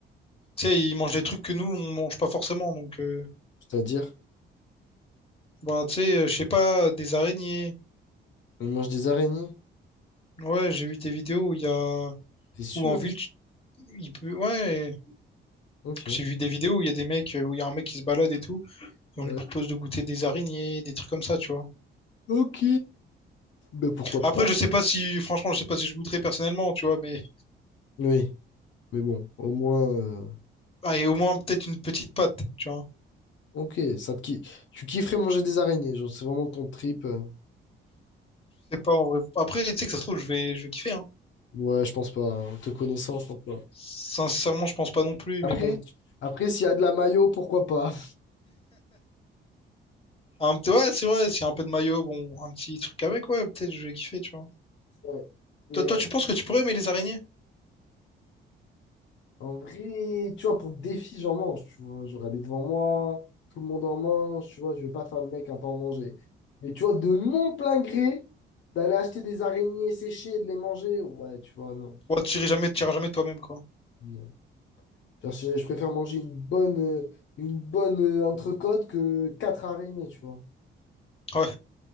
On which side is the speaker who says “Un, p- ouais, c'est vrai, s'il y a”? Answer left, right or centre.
Left